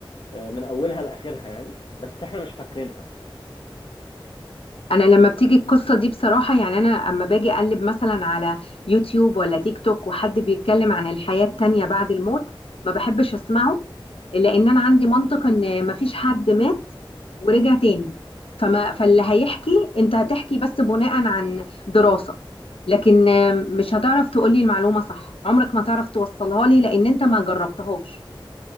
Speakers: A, on the left; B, on the left.
A: آه، من اولها لاخرها يعني بس احنا مش فاكرينها
B: انا لما بتيجي القصه دي بصراحه يعني انا اما باجي اقلب مثلا على يوتيوب ولا تيك توك وحد بيتكلم عن الحياه التانيه بعد الموت ما بحبش اسمعه لان انا عندي منطق ان ما فيش حد مات ورجع تاني فما فاللي هيحكي انت هتحكي بس بناء عن دراسه لكن آم، مش هتعرف تقولي المعلومه صح عمرك ما تعرف توصلها لي لان انت ما جربتهاش